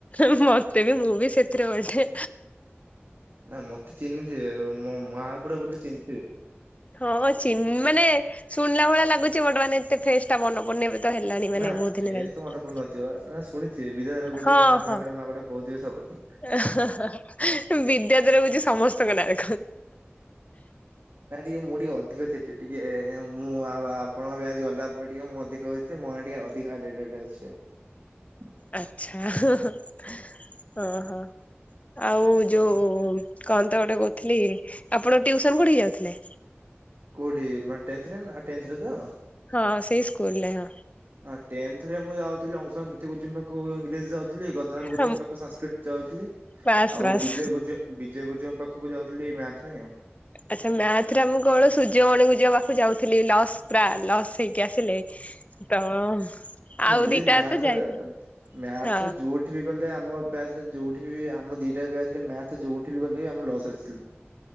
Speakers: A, on the left; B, on the right.
A: ହୁଁ ମତେ ବି ମୁଁ ବି ସେଥିରେ ଗଟେ।
B: ନା ମତେ ଚିହ୍ନିଥିବେ ମୋ ମାହାକୁଡା ବୋଲି ଚିହ୍ନି ଥିବେ।
A: ହଁ ଚିହ୍ନ ମାନେ ଶୁଣିଲା ଭଳିଆ ଲାଗୁଛି ବର୍ତ୍ତମାନ ଏତେ ଫେଷ୍ଟ ସେଟା ମନପଡୁନି ଏବେତ ହେଲାଣି ମାନେ
B: ନା
A: ବହୁତ
B: ଫେସ୍
A: ଦିନ ହେଲାଣି।
B: ତ ମନେ ପଡୁନଥିବ ନା ଶୁଣିଥିବେ ବିଦ୍ୟାଳୟ କୁ
A: ହଁ
B: ଯିବୁ ମାନେ ମହାକୁଡା
A: ହଁ
B: ମହାକୁଡା କହୁଥିବେ ସବୁବେଳେ।
A: ଏଁ ହେଁ ହେଁ ବି ଇଆ ଦେହରେ ରହୁଛି ସମସ୍ତଙ୍କ ନାଁରେ
B: ନା ଟିକେ ମୁଁ ଟିକେ ଅଧିକ ଥିଲି। ଟିକେ ମୁଁ ଆପଣଙ୍କ ବ୍ୟାଜ ଗଲା ପରେ ଟିକେ ମୁଁ ଅଧିକ ହେଛି ମନା ଟିକେ ଅଧିକ ହାଇଲାଇଟ ଯା ଯା ଯାଇଚି ହ <unintelligible>
A: ଆଛା ହଁ ହଁ ଅହ ଆଉ
B: ଆ
A: ଯୋଉ କହ ତ ଗୋଟେ କହୁଥିଲି ଆପଣ ଟିଉସନ୍ କୋଉଠିକି ଯାଉଥିଲେ?
B: କୋଉଠି ମାନେ ଟେନ୍ଥରେ ନା ଟେନ୍ଥରେ ତ।
A: ହଁ ସେଇ ସ୍କୁଲ ରେ ହଁ।
B: ହଁ ଟେନ୍ଥରେମୁଁ ଯାଉଥିଲି ଅଂଶନପ୍ରତି ଗୁରୁଜୀ ପାଖକୁ ଇଂଲିସ୍ ଯାଉଥିଲି ଗଦାଧର ଗୁରୁଜୀ
A: ହଁ
B: ପାଖକୁ ସଂସ୍କୃତ ଯାଉଥିଲି
A: ବାସ୍
B: ଆଉ
A: ବାସ୍
B: ବିଜୟ ଗୁରୁଜ ବିଜୟ ଗୁରୁଜାଙ୍କ ପାଖକୁ ଯାଉଥିଲି ଏଇ ମ୍ୟାଥ ପାଇଁ ଆଉ।
A: ଆଚ୍ଛା ମ୍ୟାଥରେ ମୁଁ କଣ ସୂର୍ଯ୍ୟମଣି ଗୁରୁଜୀ ପାଖକୁ ଯାଉଥିଲି ଲସ୍ ପୁରା ଲସ୍ ହେଇକି ଆସିଲେ ତ ଆଉ
B: ଦିଦି
A: ଦିଟା
B: ମ୍ୟାଥରେ
A: ତ ଯାଇଥିଲି।
B: ମ୍ୟାଥରେ
A: ହଁ
B: ଜୋଠି ବିଗଲେ ଆମ ବ୍ୟାଚରେ ଯୋଉଠି ବି ଆମ ଦିଟା ବ୍ୟାଚରେ ମ୍ୟାଥ ଯୋଉଠି ବି ଗଲେ ବି ଆମେ ଲାସ୍ ରେଥିଲୁ।